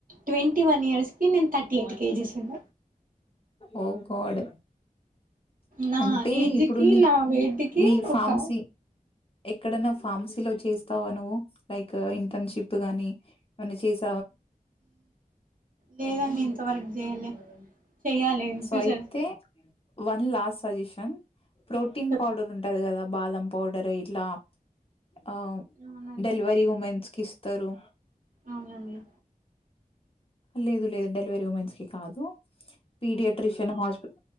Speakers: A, on the right; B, on the left.
A: twenty one ఇయర్స్కి నేన్ థర్టీ ఎయిట్ కేజెస్ ఉన్న
B: ఓ గాడ్
A: నా
B: అంటే
A: ఏజ్కి
B: ఇప్పుడు నిక్
A: నా వేటికి
B: ని ఫామ్సీ
A: ఒక
B: ఎక్కడన్న ఫామ్సీలో చేస్తవా నువ్వు లైక్ ఇంటర్న్షిప్ గాని ఏమన్న చేస్
A: లేదండి ఇంతవరక్ జేయలె చెయ్యాలె ఇన్
B: సో
A: ఫ్యూచర్
B: అయితే వన్ లాస్స్ సజెషన్ ప్రోటీన్
A: చెప్
B: పౌడర్ ఉంటది గద బాదం పౌడర్ ఇట్ల ఆ
A: అవునండి
B: డెలివరి ఉమెన్స్క్ ఇస్తరు
A: అవునండి
B: లేదు లేదు డెలివరీ ఉమెన్స్కి కాదు పీడియట్రిషన్ హాస్ప్